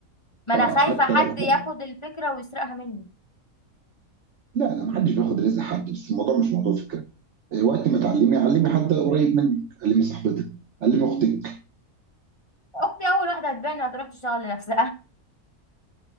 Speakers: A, on the left; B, on the right.
A: ما انا
B: اه
A: خايفه
B: حتى
A: حد
B: لو
A: ياخد الفكره ويسرقها مني
B: لا لا محدش بياخد رزق حد بس الموضوع مش موضوع فكرة وقت ما تعلمي علمي حد قريب منك، علمي صاحبتك، علمي أختك،
A: اختي اول واحده هتبان هتروح تشتغل لنفسها